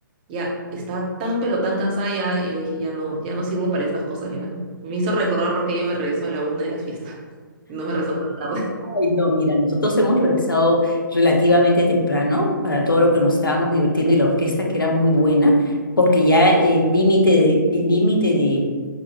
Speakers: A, on the right; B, on the left.
A: Ya, estaba tan pero tan cansada ya. Y yo dije, ya no, ya no sirvo para estas cosas ya. Me hizo recordar porque yo me rezo a la una de las fiestas. <laughs> Y no me rezo tan tarde.
B: ay, no, mira, nosotros hemos regresado relativamente temprano para todo lo que nos estábamos divirtiendo y la orquesta que era muy buena, porque ya el límite de, el límite de